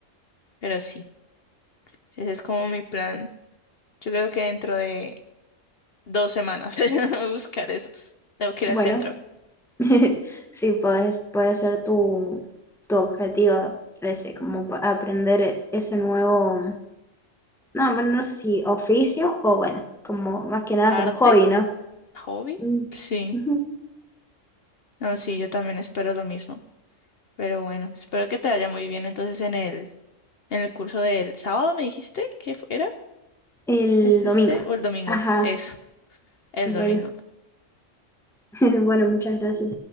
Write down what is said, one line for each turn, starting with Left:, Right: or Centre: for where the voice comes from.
Left: pero sí, ese es como mi plan. Yo creo que dentro de dos semanas <laughs> buscar eso. Tengo que ir
Centre: Bueno,
Left: al centro.
Centre: <laughs> Sí, puedes, puede ser tu, tu objetivo ese, como pa- aprender ese nuevo, no, bueno, no sé si oficio o bueno, como más que nada
Left: Arte.
Centre: como hobby, ¿no?
Left: ¿Hobby?
Centre: Mm.
Left: Sí.
Centre: <laughs>
Left: No, sí, yo también espero lo mismo. Pero bueno, espero que te vaya muy bien entonces en el, en el curso del sábado, ¿me dijiste que fu- era?
Centre: El
Left: ¿Es este?
Centre: domingo.
Left: ¿O el domingo?
Centre: Ajá,
Left: Eso, el
Centre: bueno,
Left: domingo.
Centre: <laughs> bueno, muchas gracias.